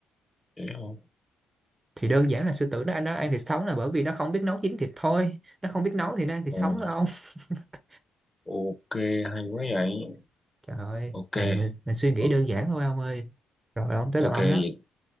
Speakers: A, on the left (about 20°); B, on the right (about 20°).
A: Vậy không
B: thì đơn giản là sư tử nó nó ăn thịt sống là bởi vì nó không biết nấu chín thịt thôi nó không biết nấu thì nó ăn thịt
A: Ồ,
B: sống thôi ông <laughs>
A: ok, hay quá vậy.
B: trời ơi
A: Ok,
B: này mình mình suy nghĩ
A: o-
B: đơn giản thôi ông ơi rồi ông tới
A: ok
B: lượt ông
A: vậy.
B: đó